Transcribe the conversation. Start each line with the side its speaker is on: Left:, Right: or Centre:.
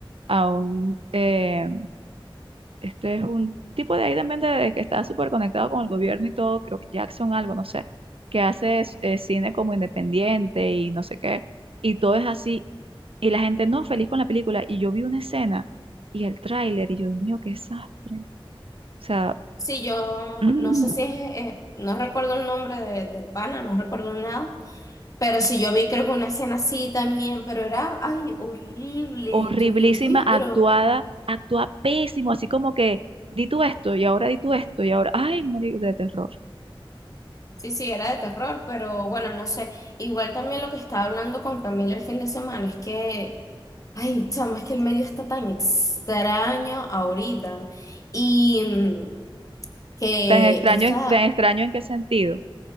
Right: a un, eh, este es un tipo de ahí también de, de que está súper conectado con el gobierno y todo, creo que Jackson algo, no sé, que hace eh, cine como independiente y no sé qué, y todo es así, y la gente no feliz con la película, y yo vi una escena y el tráiler, y yo, Dios mío, qué desastre. O sea,
Left: Sí, yo
Right: <clears throat>
Left: no sé si es, eh, no recuerdo el nombre de- del pana, no recuerdo nada, pero sí yo vi creo que una escena así también, pero era, ay, horrible,
Right: horriblísima,
Left: yo, Dios mío,
Right: actuada,
Left: pero
Right: actúa pésimo, así como que di tú esto, y ahora di tú esto, y ahora, ay, morir de terror.
Left: sí, sí, era de terror, pero bueno, no sé. Igual también lo que estaba hablando con Camila el fin de semana es que Ay, chamo, es que el medio está tan extraño ahorita. Y mm, que
Right: Tan extraño,
Left: esta,
Right: en- tan extraño en qué sentido.